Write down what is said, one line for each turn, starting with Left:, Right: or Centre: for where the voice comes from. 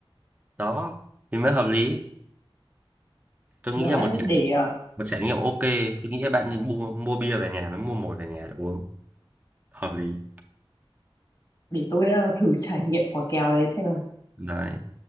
Right: đó thì mới hợp lý tôi
Left: đấy
Right: nghĩ là một Ừ. trải,
Left: để ờ,
Right: một trải nghiệm ok tôi nghĩ là bạn nên mua mua bia về nhà mới mua mồi về nhà để uống hợp lý
Left: để tôi ờ, thử trải nghiệm quả kèo này xem nào
Right: đấy